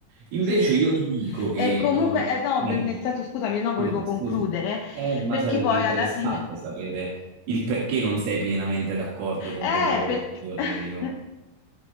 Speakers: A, on the right (about 85°); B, on the left (about 75°).
A: Invece
B: sì.
A: io ti dico che...
B: E comunque,
A: eh,
B: eh, no,
A: eh,
B: nel senso, scusami, no,
A: scusami,
B: volevo concludere,
A: scusami. Eh, ma
B: perché
A: sarebbe
B: poi
A: interessante
B: alla fine...
A: sapere il perché non sei pienamente d'accordo con
B: Eh,
A: quell'evoluzione
B: perché... <laughs>
A: che io...